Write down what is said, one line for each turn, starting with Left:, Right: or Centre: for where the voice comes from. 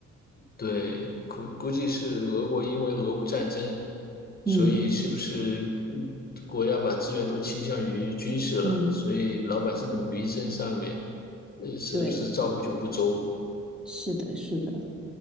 Left: 对，估估计是俄国因为俄乌战争，
Centre: 嗯
Left: 所以是不是嗯国家把资源都倾向于军事了，
Centre: 嗯，
Left: 所以老百姓的民生上面，呃，是不是照顾就不周？
Centre: 对，是的，是的，